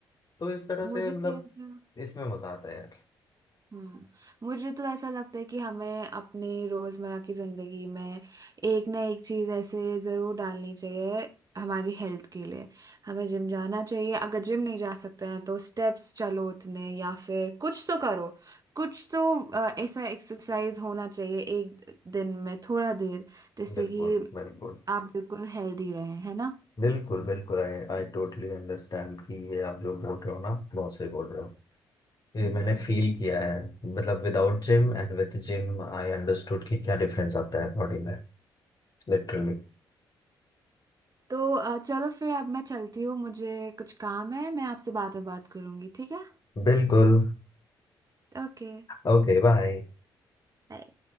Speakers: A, on the left (about 35°); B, on the right (about 35°).
A: तो इस तरह
B: मुझे
A: से मतलब
B: तो ऐसा
A: इसमें मजा आता है यार
B: हम्म मुझे तो ऐसा लगता है कि हमें अपने रोजमर्रा की जिंदगी में एक ना एक चीज ऐसे जरूर डालनी चाहिए हमारी हेल्थ के लिए हमें जिम जाना चाहिए अगर जिम नहीं जा सकते हैं तो स्टेप्स चलो उतने या फिर कुछ तो करो कुछ तो अ, ऐसा एक्सरसाइज होना चाहिए एक दिन में थोड़ा देर जिससे
A: बिल्कुल
B: कि
A: बिल्कुल
B: आप बिल्कुल हेल्दी रहें है ना
A: बिल्कुल बिल्कुल आई आई टोटली अंडरस्टैंड कि ये आप जो बोल रहे हो ना बहुत सही बोल रहे हो ये
B: हम्म
A: मैंने फील किया है मतलब without gym and with gym I understood कि क्या डिफरेंस आता है बॉडी में लिटरली
B: तो अ, चलो फिर अब मैं चलती हूँ मुझे कुछ काम है मैं आपसे बाद में बात करूंगी ठीक है
A: बिल्कुल
B: ओके
A: ओके बाय
B: Bye.